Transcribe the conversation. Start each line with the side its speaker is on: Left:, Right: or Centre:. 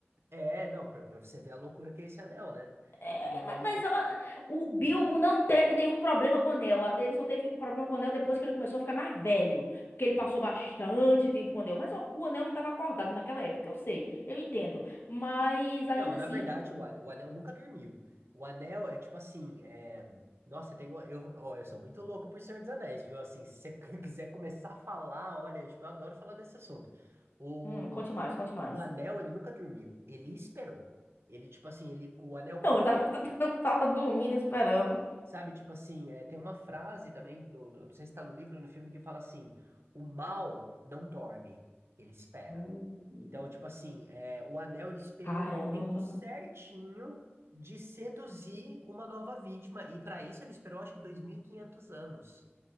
Right: é, não, pra, pra você ver a loucura que é esse anel, né?
Left: É,
Right: E
Left: ma-
Right: aí
Left: mas, ó, o Bilbo não teve nenhum problema com o anel. A- Ele só teve problema com o anel depois que ele começou a ficar mais velho. Porque ele passou bastante tempo com o anel. Mas ó, o anel não estava acordado naquela época, eu sei, eu entendo. Mas ainda
Right: Não, na
Left: assim.
Right: verdade, o anel, o anel nunca dormiu. O anel é tipo assim, é... Nossa, eu tenho. Eu, ó, eu sou muito louco por Senhor dos Anéis, viu? Assim, se você <laughs> quiser começar a falar, olha, tipo, eu adoro falar desse assunto. O,
Left: Hum, conte mais, conte mais.
Right: o anel, ele nunca dormiu. Ele esperou. Ele, tipo assim, ele, o anel,
Left: Então,
Right: com-
Left: ele tava, <laughs> tava dormindo, esperando.
Right: sabe? Tipo assim, é, tem uma frase também, do, do- não sei se tá no livro ou no filme, que fala assim: o mal não dorme, ele espera.
Left: Uh,
Right: Então, tipo assim, é, o anel ele esperou
Left: Caramba.
Right: o momento certinho de seduzir uma nova vítima, e para isso ele esperou acho que 2.500 anos.